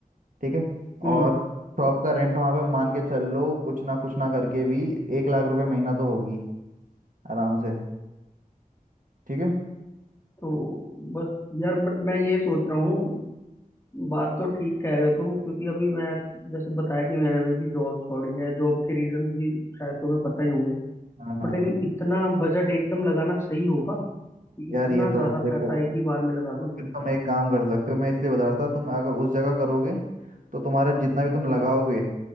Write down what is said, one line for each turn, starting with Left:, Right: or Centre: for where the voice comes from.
Right: ठीक है
Left: हम्म,
Right: और शॉप का रेंट वहां पे मान के चल लो कुछ ना कुछ ना करके भी एक लाख रुपए महीना तो होगी आराम से ठीक है
Left: तो बस यार बट मैं ये सोच रहा हूँ बात तो ठीक कह रहे हो तुम क्योंकि अभी मैं जैसे बताया कि मैंने अभी अभी जॉब छोड़ी है जॉब के रीजंस भी शायद तुम्हें पता ही होंगे
Right: हाँ हाँ
Left: बट लेकिन इतना बजट एकदम लगाना सही होगा कि इतना
Right: यार ये तो
Left: ज़्यादा
Right: है देखो
Left: पैसा एक ही बार में लगा दूं
Right: तो फिर तुम एक काम कर सकते हो मैं इसलिए बता रहा था तुम अगर उस जगह करोगे तो तुम्हारा जितना भी तुम लगाओगे